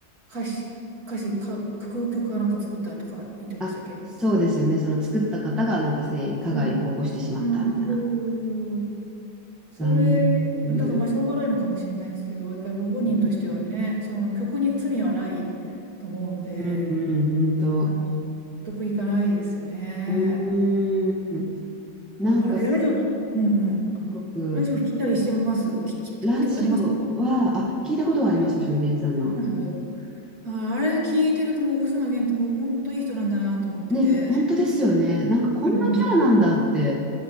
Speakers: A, on the right; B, in the centre.
A: 歌詞、歌詞か、曲、曲かなんか作ったとか言ってましたっけ
B: あ、そうですよね。その作った方がなんか性加害起こしてしまったみたいな。
A: うんうーん。
B: 残念すぎる。
A: それ、だからまあしょうがないのかもしれないですけど、やっぱりご本人としてはね、
B: うん、
A: その曲に罪はないと思うので、
B: うんうん、ほんと。
A: 納得いかないですよね。
B: うーん。なんかす
A: だから、え、ラジオ、うんうん。
B: ごく、
A: ラジオ聞いたりしてます聞、き聞いたことありますあ
B: ラジオは、あ、聞いたことはあります、星野源さんの。
A: りますだからあれ聞いてるともう星野源ってもう本当いい人なんだなと思ってて。
B: ね、本当ですよね。なんかこんなキャラなんだって、
A: <laughs>